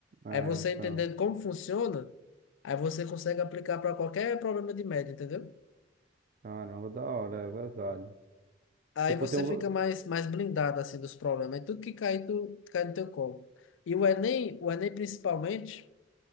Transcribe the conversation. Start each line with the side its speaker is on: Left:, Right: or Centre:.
Right: É,
Left: Aí você
Right: então,
Left: entendendo como funciona, aí você consegue aplicar para qualquer problema de média, entendeu?
Right: caramba, da hora, é verdade.
Left: Aí
Right: Tipo,
Left: você
Right: tem um,
Left: fica mais, mais blindado assim dos problemas. É tudo que cai, tu, cai no teu colo. E o Enem, o Enem principalmente,